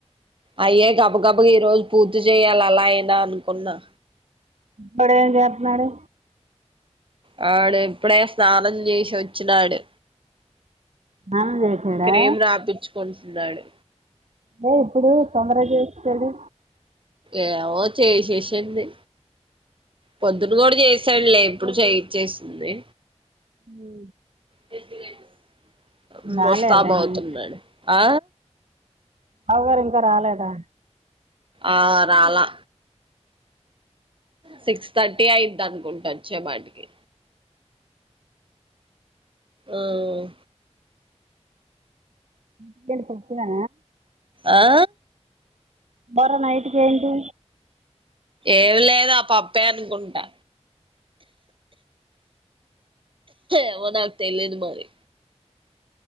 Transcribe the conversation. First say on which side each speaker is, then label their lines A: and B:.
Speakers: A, on the right (about 45°); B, on the right (about 70°).
A: అయ్యే గబ్ గబ్ ఈ రోజు పూర్తి చేయాలి అలా అయినా అనుకున్నా.
B: వాడేం చెతున్నాడు
A: వాడు ఇప్పుడే స్నానం చేసి వచ్చినాడు
B: స్నానం చేశాడా
A: క్రీమ్ రాయిచ్చుకుంటున్నాడు
B: దే ఇప్పుడు తొందర చేస్తడే
A: ఏమో చే చేేసింది పొద్దున్న కూడా చేసాడులే ఇప్పుడు చే చేయిసింది.
B: ఉ
A: గెజ్జి గడ్లు
B: రాలేదండి
A: మస్తాబ్ అవుతున్నాడు ఆ
B: బావగారు ఇంకా రాలేదా
A: ఆ రాలా సిక్స్ థర్టీ అయిద్ అనుకుంటా వచ్చే పాటికి ఆఉ
B: ఇదేంది పప్పిననా
A: ఆ
B: బర నైట్కి ఏంటి
A: ఏమి లేదు ఆ పప్పే అనుకుంటా ఏమో నాకు తెలియాదు మరి